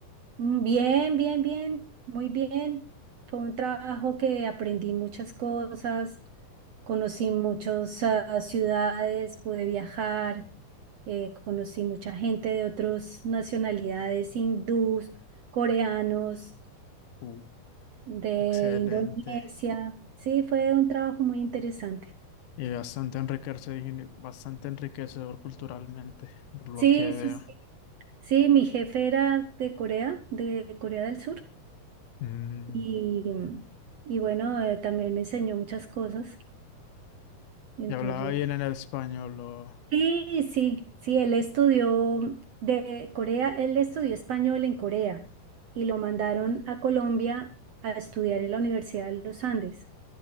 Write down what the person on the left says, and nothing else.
Uh.
Excelente.
Y bastante enriquecedor, bastante enriquecedor culturalmente, por lo
que veo.
Mm,
y hablaba bien en el español, o...